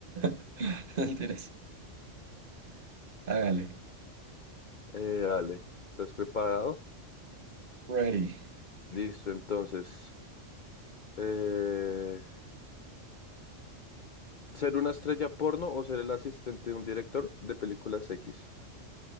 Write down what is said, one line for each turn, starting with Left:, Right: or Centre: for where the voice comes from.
Right: <laughs> Mentiras. Hágale.
Left: Eh, dale, ¿estás preparado?
Right: Ready.
Left: Listo, entonces. Eh, ¿ser una estrella porno o ser el asistente de un director de películas X?